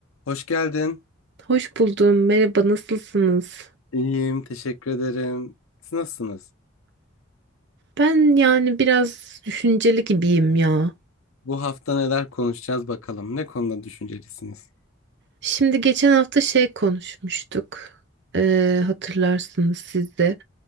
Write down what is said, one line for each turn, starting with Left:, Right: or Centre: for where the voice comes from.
Left: Hoş geldin.
Right: Hoş buldum. Merhaba, nasılsınız?
Left: İyiyim, teşekkür ederim. Siz nasılsınız?
Right: Ben yani biraz düşünceli gibiyim ya.
Left: Bu hafta neler konuşacağız bakalım. Ne konuda düşüncelisiniz?
Right: Şimdi geçen hafta şey konuşmuştuk. Ee, hatırlarsınız siz de.